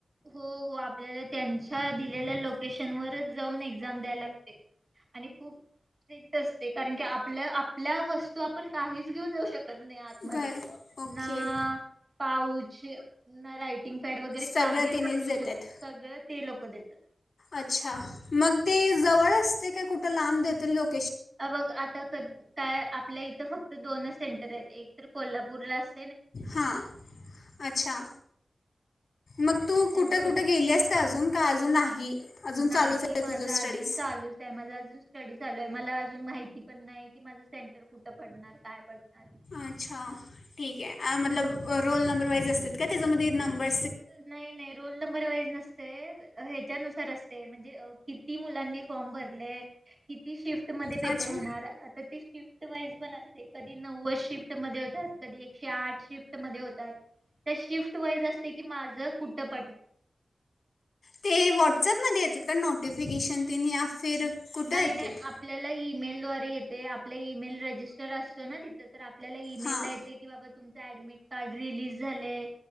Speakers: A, on the right (about 35°); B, on the left (about 75°).
A: हो हो आपल्याला त्यांच्या दिलेल्या लोकेशन वरच जाऊन एक्झाम द्याय लागते आणि खूप स्ट्रिक्ट असते कारण की आपल्या आपल्या वस्तू आपण काहीच घेऊन जाऊ शकत नाही आतमध्ये
B: घर ओके
A: ना पाऊच ना रायटिंग पॅड वैगेरे काहीच
B: सगळं त्यांनीच
A: नाही नेऊ
B: देतात
A: शकत सगळं ते लोक क देतात.
B: अच्छा मग ते जवळ असतय काय कुठ लांब देतील लोक
A: अ बघ आता काय आपल्या इथं फक्त दोनच सेंटर आहेत एक तर कोल्हापूरला आस
B: हां अच्छा मग तू कुठं
A: या दोन्ही
B: कुठं गेली आहेस का अजून? का अजून नाही अजून
A: नाही
B: चालूच आहे
A: माझा
B: तुझं स्टडीज
A: अजून चालूच आहे माझा अजून स्टडी चालू आहे मला अजून माहिती पण नाही की माझं सेंटर कुठ पडणार काय पडणार
B: अच्छा ठीक आहे हा मतलब रोल नंबर वाईज असत्यात काय तेच्यामध्ये नंबर?
A: नाही नाही रोल नंबर वाईज नसतय हे च्या नुसार असतय म्हणजे किती मुलांनी फॉम भरलय किती शी शिफ्ट मध्ये पेपर
B: अच्छा
A: होणार आता ते शिफ्ट वाइज पण असतय कधी नव्वद शिफ्ट शिफ्ट मध्ये होत्यात कधीे एकशे आठ शिफ्ट मध्ये होतात त्या शिफ्ट वाईज असतं की माझं कुठ पडणार?
B: ते व्हॉट्सअपमध्ये येतात का नोटिफिकेशन तेन या फिर कुठं
A: नाही
B: येतात
A: नाही आपल्याला ई-मेल द्वारे ते येतय आप आपल्या ई-मेल रजिस्टर असतो ना तिथं तर आपल्याला ई-मेल
B: हां
A: ला येतय की बाबा तुमच ऍडमीट कार्ड रिलीज झालय